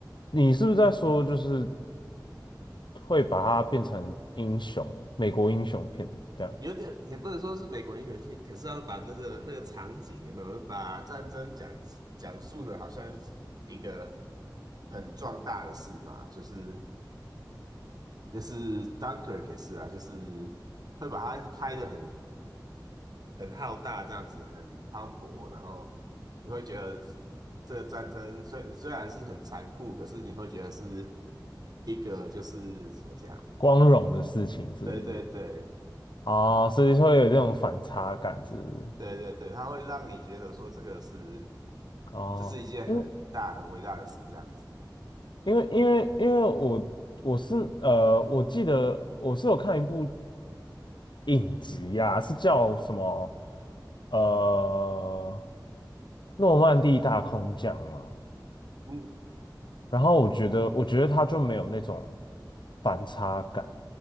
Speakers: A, on the left; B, on the right.
A: 你是不是在说就是会把它变成英雄，美国英雄片这样
B: 有点也不能说是美国英雄戏，可是要把那个那个场景有没有把战争讲讲述的好像是一个很壮大的事嘛，就是就是 Dunkirk 也是啊，就是会把它拍的很很浩大这样子，很磅礴，然后你会觉得这个战争虽虽然是很残酷，可是你会觉得是一个就是怎么讲？
A: 光荣的事情，是不是？
B: 对对对
A: 哦，所以会有这种反差感，是不是？
B: 对对对，它会让你觉得说这个是。
A: 哦，
B: 这是一件很大很伟大的事，
A: 因
B: 这样子的。
A: 因为因为因为我我是呃，我记得我是有看一部影集呀、是叫什么呃诺曼底大空降嘛。
B: 嗯，
A: 然后我觉得我觉得他就没有那种反差感。